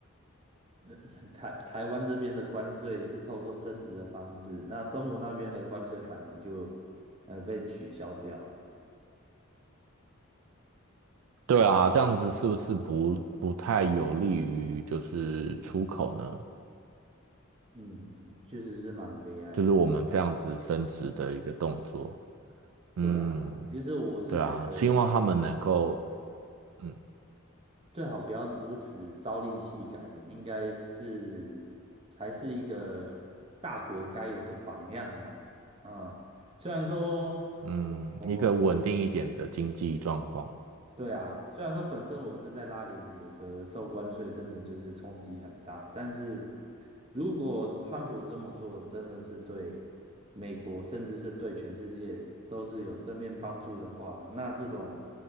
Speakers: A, on the right; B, on the right.
A: 那 <laughs> 台台湾这边的关税是透过升值的方式，那中国那边的关税反而就呃被取消掉了。
B: 对啊，这样子是不是不不太有利于就是出口呢？
A: 嗯，确实是蛮悲哀的。
B: 就是我们这样子升值的一个动作。
A: 对啊，
B: 嗯，
A: 其实我是觉得
B: 对啊，希望他们能够，嗯
A: 最好不要如此朝令夕改，应该是才是一个大国该有的榜样啊。嗯，虽然说我我本
B: 嗯，一个稳定一点的经济状况。
A: 对啊，虽然说本身我是在拉连结车，受关税真的就是冲击很大，但是如果川普这么做，真的是对美国，甚至是对全世界都是有正面帮助的话，那这种